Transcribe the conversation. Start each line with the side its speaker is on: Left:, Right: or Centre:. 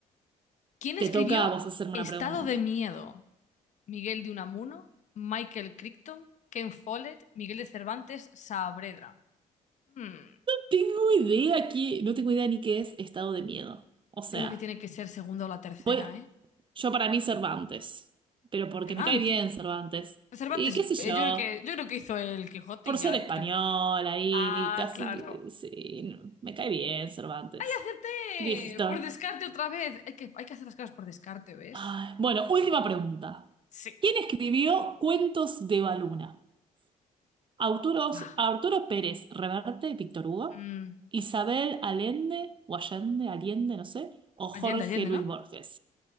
Left: ¿Quién escribió
Right: Te toca a vos hacerme
Left: Estado
Right: una pregunta.
Left: de Miedo? Miguel de Unamuno, Michael Crichton, Ken Follett, Miguel de Cervantes, Saavedra. Hmm,
Right: Tengo idea aquí, no tengo idea ni qué es estado de miedo. O sea,
Left: Yo creo que tiene que ser segunda o la tercera,
Right: voy,
Left: ¿eh?
Right: yo para mí Cervantes, pero porque
Left: Cervantes.
Right: me cae bien Cervantes.
Left: Cervantes,
Right: Y qué sé yo,
Left: eh, yo creo que, yo creo que hizo el Quijote
Right: por
Left: y ya.
Right: ser español
Left: yo-
Right: ahí,
Left: Ah,
Right: ni casi,
Left: claro.
Right: sí, no, me cae bien Cervantes.
Left: ¡Y acerté!
Right: Cristo.
Left: Por descarte otra vez. Hay que, hay que hacer las cosas por descarte, ¿ves?
Right: Ay, bueno, última pregunta.
Left: Sí.
Right: ¿Quién escribió Cuentos de Baluna? Autoros,
Left: Guau.
Right: Arturo Pérez Reverte, Víctor Hugo,
Left: Mm,
Right: Isabel Allende, o Allende, Allende, no sé, o
Left: Allende,
Right: Jorge
Left: Allende,
Right: Luis
Left: ¿no?
Right: Borges.